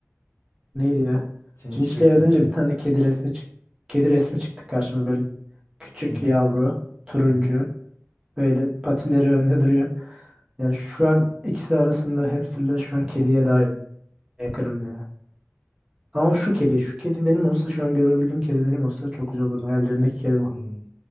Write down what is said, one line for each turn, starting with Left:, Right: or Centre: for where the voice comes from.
Right: Neydi ya?
Left: Çinçile
Right: Çinçile yazınca
Left: çinçile.
Right: bir tane kedi resmi çık kedi resmi çıktı karşıma böyle küçük
Left: Hı hı.
Right: yavru, turuncu
Left: Hı hı.
Right: böyle patileri önde duruyor. Yani şu an ikisi arasında hamsterle şu an kediye daha yakınım ya. Ama o şu kedi, şu kedi benim olsa şu an görebildiğim kedi benim olsa çok güzel olurdu. Hayallerimdeki kedi
Left: Hmm.
Right: bu.